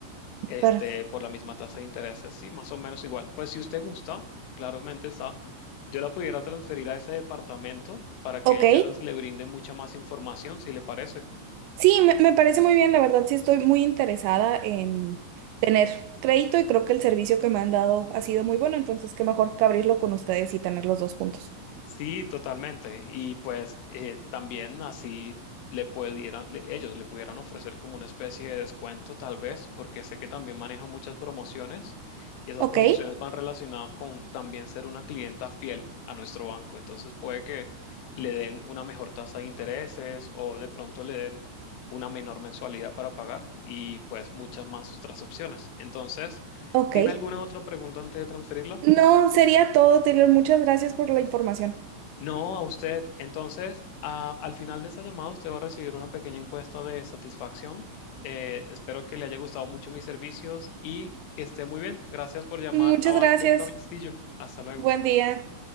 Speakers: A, on the left (about 80°); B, on the right (about 80°).
A: este,
B: perfecto.
A: por la misma tasa de intereses, sí, más o menos igual. Pues si usted gusta, claramente está, yo la pudiera transferir a ese departamento para que
B: Ok,
A: ellas le brinden mucha más información, si le parece.
B: sí, me, me parece muy bien, la verdad sí estoy muy interesada en tener crédito y creo que el servicio que me han dado ha sido muy bueno, entonces qué mejor que abrirlo con ustedes y tener los dos juntos.
A: Sí, totalmente. Y pues eh, también así le pudieran, le- ellos le pudieran ofrecer como una especie de descuento, tal vez, porque sé que también maneja muchas promociones y esas
B: Ok,
A: promociones van relacionadas con también ser una clienta fiel a nuestro banco. Entonces puede que le den una mejor tasa de intereses o de pronto le den una menor mensualidad para pagar y pues muchas más otras opciones. Entonces,
B: ok.
A: ¿tiene alguna otra pregunta antes de transferirla?
B: No, sería todo, Taylor. Muchas gracias por la información.
A: No, a usted. Entonces, a- al final de esta llamada, usted va a recibir una pequeña encuesta de satisfacción. Eh, espero que le haya gustado mucho mis servicios y que esté muy bien. Gracias por llamar
B: Muchas
A: a Banco
B: gracias.
A: Castillo. Hasta luego.
B: Buen día.